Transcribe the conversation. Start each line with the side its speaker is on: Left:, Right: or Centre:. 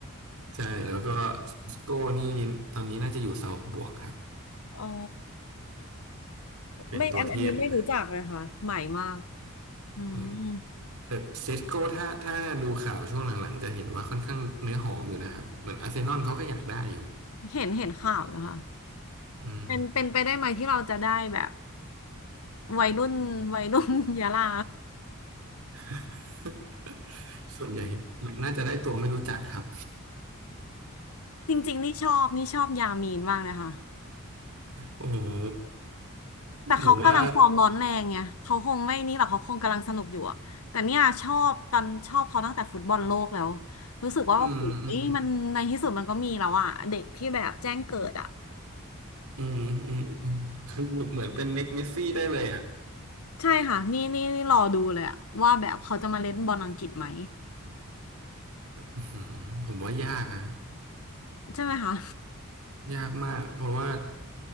Right: ใช่แล้วก็ซิสโก้นี่ตอนนี้น่าจะอยู่เซาท์บวกครับ
Left: อ๋อ
Right: เป็นตัวเทพอยู่
Left: ไม่อันอันนี้ไม่รู้จักเลยค่ะใหม่มากอืม
Right: อืมแต่เซสโก้ถ้าถ้าดูข่าวช่วงหลังๆจะเห็นว่าค่อนข้างเนื้อหอมอยู่นะครับเหมือนอาร์เซนอลเขาก็อยากได้อยู่
Left: เห็นเห็นข่าวนะคะ
Right: อืม
Left: เป็นเป็นไปได้ไหมที่เราจะได้แบบวัยรุ่นวัยรุ่น <laughs> ยะลา
Right: <laughs> ส่วนใหญ่น่าจะได้ตัวไม่รู้จักครับ
Left: จริงๆนี่ชอบนี่ชอบยามีนมากเลยค่ะ
Right: โอ้โห
Left: แต่เขากำลังฟอร์มร้อนแรงไงเขาคงไม่นี่หรอกเขาคงกำลังสนุกอยู่อะแต่เนี่ยชอบตอนชอบเขาตั้งแต่ฟุตบอลโลกแล้ว
Right: ผมว่า
Left: รู้สึกว่าโอ้โห
Right: อืมอืม
Left: มันในที่สุดมันก็มีแล้วอะเด็กที่แบบแจ้งเกิดอะ
Right: อืมอืมอืมคือเหมือนเป็นเน็กเมสซี่ได้เลยอ่ะ
Left: ใช่ค่ะนี่นี่นี่รอดูเลยอะว่าแบบเขาจะมาเล่นบอลอังกฤษไหม
Right: อื้อหือผมว่ายากนะ
Left: ใช่ไหมคะ
Right: ยากมากเพราะว่า